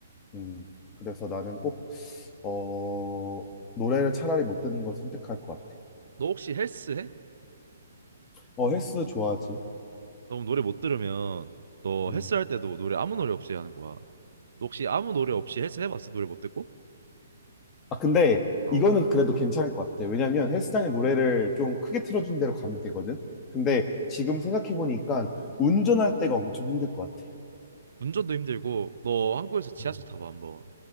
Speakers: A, on the left; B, on the right.
A: 음 그래서 나는 꼭어 노래를 차라리 못 듣는 걸 선택할 것 같아.
B: 너 혹시 헬스 해?
A: 어 헬스 좋아하지.
B: 너무 노래 못 들으면 너
A: 음.
B: 헬스할 때도 노래 아무 노래 없이 하는 거야. 너 혹시 아무 노래 없이 헬스 해봤어? 노래 못 듣고?
A: 아 근데
B: 어.
A: 이거는 그래도 괜찮을 것 같아. 왜냐면 헬스장에 노래를 좀 크게 틀어준 대로 가면 되거든. 근데 지금 생각해 보니까 운전할 때가 엄청 힘들 것 같아.
B: 운전도 힘들고 너 한국에서 지하철
A: 음.
B: 타봐 한번.